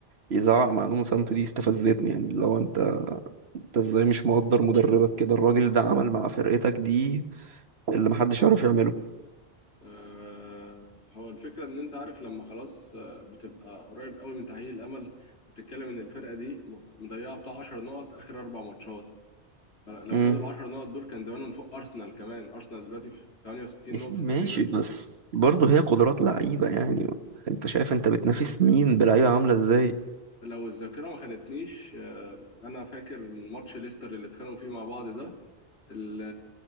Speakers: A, on the right; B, on the left.
A: يزعق مع نونو سانتو دي استفزتني يعني اللي هو انت انت ازاي مش مقدر مدربك كده الراجل ده عمل مع فرقتك دي اللي محدش يعرف يعمله
B: آه، هو الفكرة إن أنت عارف لما خلاص آه، بتبقى قريب قوي من تأهيل الأمل بتتكلم إن الفرقة دي مضيعة بتاع 10 نقط آخر أربع ماتشات لو
A: امم
B: خدوا ال 10 نقط دول كان زمانهم فوق أرسنال كمان أرسنال دلوقتي في 68
A: يا سيدي
B: نقطة
A: ماشي
B: تقريبا
A: بس برضه هي قدرات لعيبة يعني انت شايف انت بتنافس مين بلعيبة عاملة ازاي
B: لو الذاكرة ما خانتنيش آه، أنا فاكر ماتش ليستر اللي اتخانقوا فيه مع بعض ده اللي